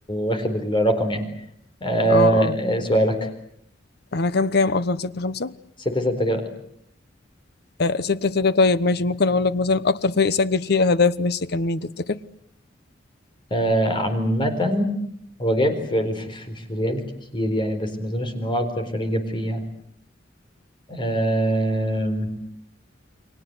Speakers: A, on the left; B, on the left.
A: واخد الرقم يعني آه
B: اه اه
A: آه، سؤالك
B: احنا كام كام اصلا ستة خمسة
A: ستة ستة كده
B: آه ستة ستة طيب ماشي ممكن اقول لك مثلا اكتر فريق سجل فيه اهداف ميسي كان مين تفتكر
A: آه، عامة هو جايب في, في, في, في ريال كتير يعني بس ما اظنش ان هو اكتر فريق جاب فيه يعني آم،